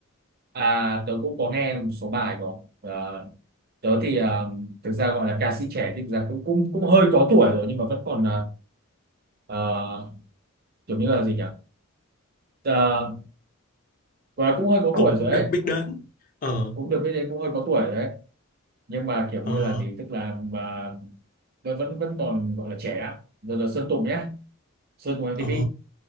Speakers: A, on the right; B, on the left.
A: à tớ cũng có nghe một số bài của à, tớ thì à, thực ra gọi là ca sĩ trẻ thì thực ra cũng cũng cũng hơi có tuổi rồi nhưng mà vẫn còn à, à, kiểu như là gì nhỉ à, gọi là cũng hơi có
B: Cũng
A: tuổi rồi đấy
B: được biết đến. Ờ
A: cũng được biết đến cũng hơi có tuổi rồi đấy nhưng mà kiểu
B: ờ
A: như là gì tức là mà nó vẫn vẫn còn gọi là trẻ rồi là Sơn Tùng nhé Sơn Tùng MTP
B: ờ